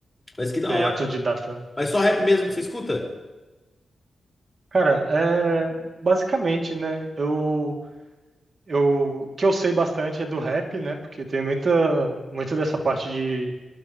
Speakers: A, on the left; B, on the right.
A: Mas que da
B: E
A: hora.
B: autodidata, né?
A: Mas só rap mesmo que você escuta?
B: Cara, é, basicamente, né? Eu, eu, o que eu sei bastante é do rap, né? Porque tem muita, muita dessa parte de,